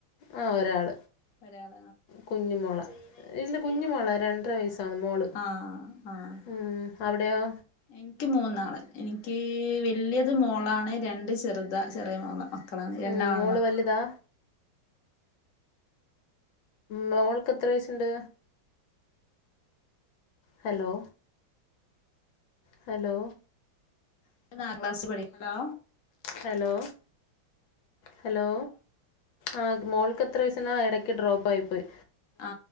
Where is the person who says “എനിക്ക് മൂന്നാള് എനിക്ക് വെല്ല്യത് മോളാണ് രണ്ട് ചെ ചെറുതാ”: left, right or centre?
Left